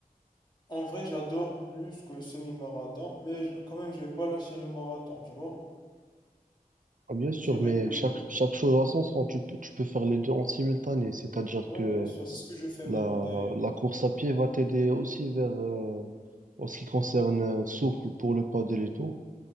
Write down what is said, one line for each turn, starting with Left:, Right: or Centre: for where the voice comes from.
Left: En vrai, j'adore plus que le semi-marathon, mais je- quand même, je vais pas lâcher le marathon, tu vois.
Right: Ah, bien sûr,
Left: Je dirais
Right: mais
Left: que,
Right: chaque, chaque chose à son sens, tu peux, tu peux faire les deux en simultané. C'est-à-dire
Left: ouais,
Right: que
Left: bien sûr, c'est ce que je fais
Right: La,
Left: maintenant d'ailleurs.
Right: la course à pied va t'aider aussi vers, euh, en ce qui concerne euh, souffle pour le paddle et tout.